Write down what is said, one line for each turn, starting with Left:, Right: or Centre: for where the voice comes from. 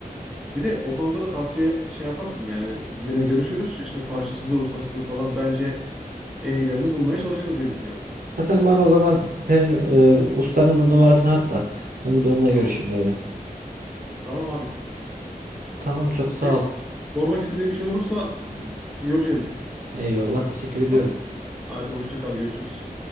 Centre: Bir de o konuda da tavsiye şey yaparsın yani yine görüşürüz işte parçasızdır ustasıdır falan bence en iyilerini bulmaya çalışırız diye düşünüyorum.
Right: Ha sen bana o zaman senin e, ustanın da numarasını at da ben bir de onunla görüşeyim
Centre: Tamam.
Right: bari.
Centre: Tamam abi.
Right: Tamam çok sağ
Centre: E,
Right: ol.
Centre: sormak istediğim bir şey olursa e, görüşelim.
Right: Eyvallah teşekkür ediyorum.
Centre: Tamam. Hadi hoşça kal görüşürüz.